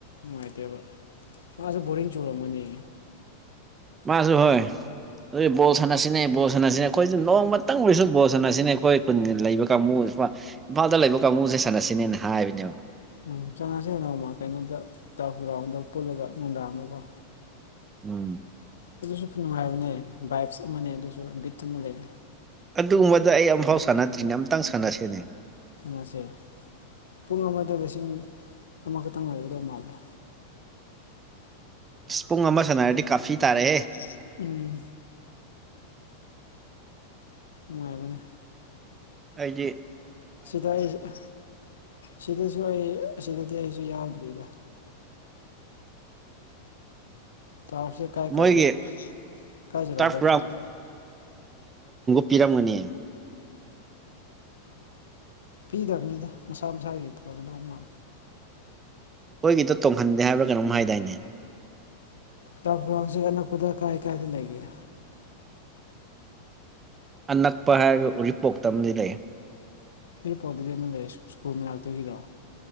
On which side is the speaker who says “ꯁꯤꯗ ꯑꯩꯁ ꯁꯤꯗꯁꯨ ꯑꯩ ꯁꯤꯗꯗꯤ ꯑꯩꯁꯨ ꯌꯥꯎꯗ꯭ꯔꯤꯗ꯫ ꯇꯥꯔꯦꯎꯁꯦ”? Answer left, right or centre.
Left